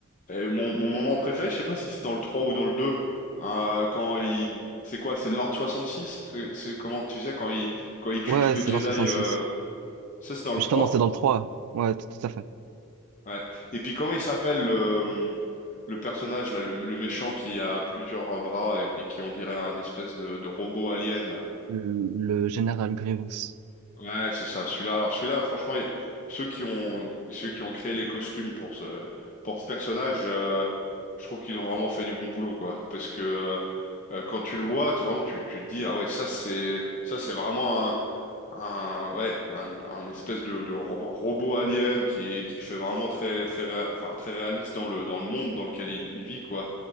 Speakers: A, on the left (about 35°); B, on the right (about 85°).
A: Et mon, mon moment préféré, je sais pas si c'est dans le 3 ou dans le 2. hein, quand il, c'est quoi? C'est l'Ordre 66? C'est c'est comment, tu sais, quand il, quand il tue
B: Ouais,
A: tous
B: Ouais,
A: les
B: c'est
A: Jedi,
B: l'an 66.
A: euh, ça c'est dans le
B: Mais Justement,
A: 3.
B: c'est dans le trois. Ouais, tout, tout à fait.
A: Ouais. Et puis comment il s'appelle le, le personnage là, le, le méchant qui a plusieurs euh, bras et puis qui on dirait un espèce de, de robot alien là.
B: Le, le général Grievous.
A: Ouais, c'est ça, celui-là. Alors celui-là, franchement, il- ceux qui ont ceux qui ont créé les costumes pour ce pour ce personnage, euh, je trouve qu'ils ont vraiment fait du bon boulot, quoi. Parce que euh, quand tu le vois, tu vraiment tu tu te dis ah ouais ça c'est ça c'est vraiment un un ouais un, un espèce de, de ro- robot alien qui qui fait vraiment très très réa- enfin très réaliste dans le dans le monde dans lequel il, il vit, quoi.